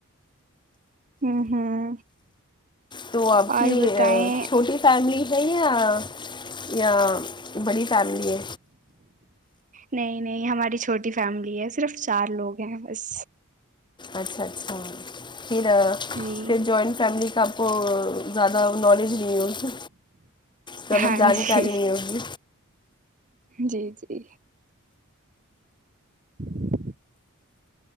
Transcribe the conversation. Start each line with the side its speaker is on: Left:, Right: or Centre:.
Right: ہوں ہوں
Left: تو آپ
Right: اور
Left: کی
Right: بتائیں
Left: چھوٹی فیملی ہے یا یا بڑی چمے
Right: نہیں نہیں ہماری چھوٹی فیملی ہے صرف چار لوگ ہیں بس
Left: اچھا اچھا پھر
Right: جی
Left: پھر جوائنٹ فیملی کا آپ زیادہ نالج نہیں ہوتی زیادہ
Right: ہاں
Left: جانکاری
Right: جی
Left: نہیں ہوگ
Right: جی جی <inaudible>